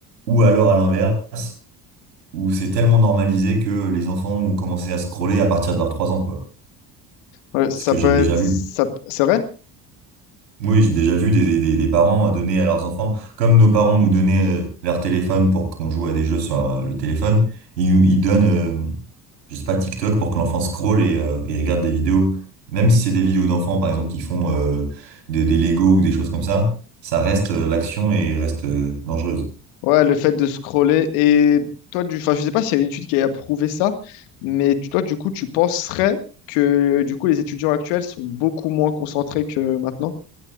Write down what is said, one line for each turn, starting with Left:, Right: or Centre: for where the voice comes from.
Right: Ou alors à l'inverse. où c'est tellement normalisé que les enfants ont commencé à scroller à partir de leurs 3 ans, quoi.
Left: Ouais, ça
Right: Ce que j'ai
Left: peut
Right: déjà
Left: être... ça-
Right: vu.
Left: C'est vrai?
Right: Oui, j'ai déjà vu des, des, des parents donner à leurs enfants, comme nos parents nous donnaient euh, leur téléphone pour qu'on joue à des jeux sur euh, le téléphone, ils, nous- ils donnent, euh, je sais pas, TikTok pour que l'enfant scrolle et, euh, et regarde des vidéos. Même si c'est des vidéos d'enfants, par exemple, qui font euh, des, des Lego ou des choses comme ça, ça reste, euh, l'action et reste euh, dangereuse.
Left: Ouais, le fait de scroller. Et toi, du... enfin, je sais pas s'il y a une étude qui a prouvé ça, mais tu- toi, du coup, tu penserais que du coup, les étudiants actuels sont beaucoup moins concentrés que maintenant?